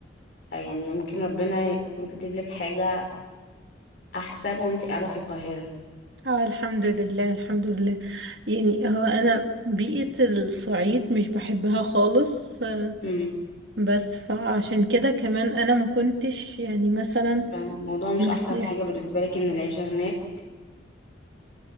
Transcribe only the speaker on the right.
اه الحمد لله الحمد لله يعني هو انا بيئة الصعيد مش بحبها خالص آه،
بس فعشان كده كمان انا ما كنتش يعني مثلا
مرتاحة